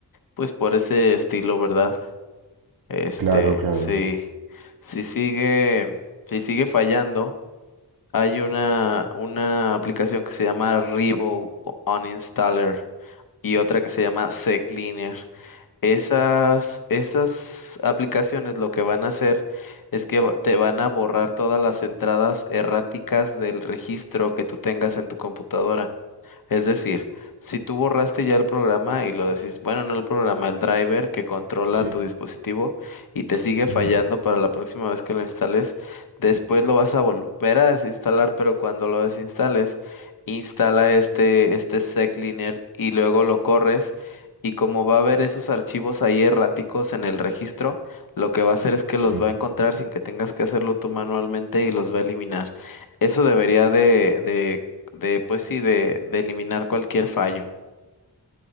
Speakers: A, on the left; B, on the right.
A: pues por ese estilo, ¿verdad? Este,
B: claro, claro.
A: sí, si sigue, si sigue fallando, hay una, una aplicación que se llama Revo Uninstaller y otra que se llama CCleaner. Esas, esas aplicaciones lo que van a hacer es que va- te van a borrar todas las entradas erráticas del registro que tú tengas en tu computadora. Es decir, si tú borraste ya el programa y lo decís, bueno, no el programa, el driver que controla
B: Sí,
A: tu dispositivo y te sigue fallando
B: ujú,
A: para la próxima vez que lo instales, después lo vas a volver a desinstalar, pero cuando lo desinstales, instala este, este sec cleaner y luego lo corres. Y como va a haber esos archivos ahí erráticos en el registro, lo que va a hacer es que
B: sí.
A: los va a encontrar sin que tengas que hacerlo tú manualmente y los va a eliminar. Eso debería de, de de pues sí, de, de eliminar cualquier fallo.